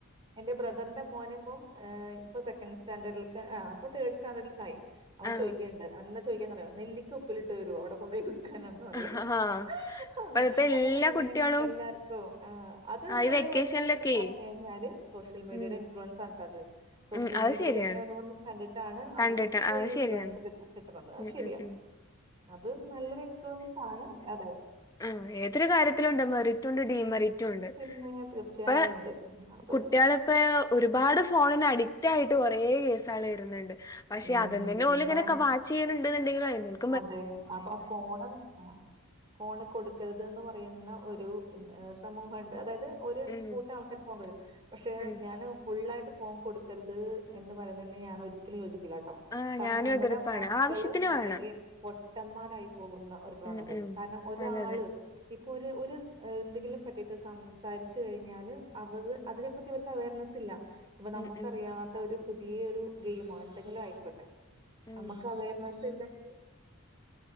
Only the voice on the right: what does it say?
എന്റെ ബ്രദറിന്റെ മോന് ഇപ്പം ഏഹ് ഇപ്പോ സെക്കൻഡ് സ്റ്റൻഡേർഡേലിക്ക് ആഹ് അപ്പം തേർഡ് സ്റ്റാൻഡേർഡിലേക്ക് ആയി അവൻ
ചോദിക്കേണയുണ്ട് അവൻ എന്താ ചോദിക്കാന്നറിയുവോ നെല്ലിക്ക ഉപ്പിലിട്ട് തരുവോ അവിടെ കൊണ്ടു പോയി വി ക്കാനെന്നു പറയുവാ
<unintelligible> ആന്ന്
അയി നിപ്പോ ഇങ്ങനെ
എ എല്ലാടത്തും ആഹ് അതും
ഒരു
ഒരു തരത്തില് പറഞ്ഞ് കഴിഞ്ഞാല് സോഷ്യൽ മീഡിയയുടെ
ഇൻഫ്ലുവൻസ് ആണ് കേട്ടോ അത് സോഷ്യൽ
മീഡിയയിൽ
ഇങ്ങനെ ഒരോന്നും കണ്ടിട്ടാണ് അവര്
പോയി
ഇൻഫ്ലുവൻസ്
കിട്ട് കിട്ടണത് അത്
ശരിയാ
അത് നല്ലൊരു ഇൻഫ്ലുവൻസ് ആണ് അതെ
പിന്നെ തീർച്ചയായും
ഉണ്ട്. അത്
ഉം
പിന്നെന്താ
അതെ അപ്പ ഫോണും ആഹ് ഫോണ് കൊടുക്കരുതന്ന് പറയുന്ന ഒരു സമൂഹമൊണ്ട് അതായത് ഒരു
കൂട്ടം ആൾക്കാര് ഫോൺ കൊടുക്കരുത് പക്ഷേ
ഞാന് ഫുള്ളായിട്ട് ഫോൺ കൊടു ക്കരുത് എന്ന് പറയുന്നതിന് ഞാൻ ഒരിക്കലും യോജിക്കില്ല കേട്ടോ
കാരണം
നമ്മുടെ
മക്കള്
അല്ലെങ്കിൽ
പൊട്ടന്മാരായി പോകുന്ന ഒരു പ്രവണത
വരും
കാരണം ഒരാള്
ഇപ്പോ ഒരു ഒരു എന്തെങ്കിലും പറ്റിയിട്ട് സംസാരിച്ചു കഴിഞ്ഞാല് അവത് അതിനെ പറ്റി അവർക്ക് അവയർനെസ് ഇല്ല ഇപ്പോ നമുക്കറിയാത്ത
ഒരു പുതിയ ഒരു ഗെയിമോ എന്തെങ്കിലും ആയിക്കോട്ടെ
നമുക്ക് അവയർനസ് ഇല്ലെങ്കി